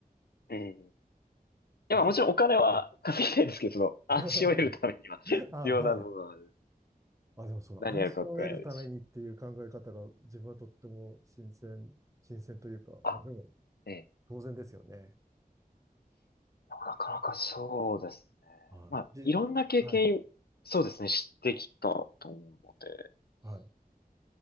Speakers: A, on the left; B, on the right.
A: ええいや、
B: また、
A: もちろんお金は稼ぎたいですけど、
B: うん
A: その、安心を得るためには
B: <laughs>
A: <laughs> 必要な部分は
B: あ、はいまあ、でもその安心を得るためにっていう考え方が自分はとっても新鮮、
A: 何やるかわからないですし。
B: 新鮮というか、
A: あ、
B: まあでも
A: ええ、
B: 当然ですよね。
A: なかなかそうですね。
B: はい。
A: まあ、
B: 自分、
A: いろんな経験、
B: はい。
A: そうですね、知ってきたと思うので。
B: はい。